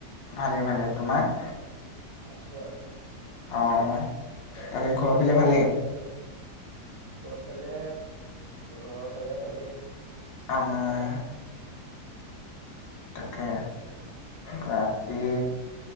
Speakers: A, on the left (about 75°); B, on the right (about 80°).
A: ভালে ভালে তোমাৰ
B: আছো আৰু
A: অঁ, তাকে ঘৰৰ ফালে ভালেই,
B: ঘৰ ফালে ঘৰৰ ফালে ভালেই,
A: অঁ, তাকে বাকি
B: তাকে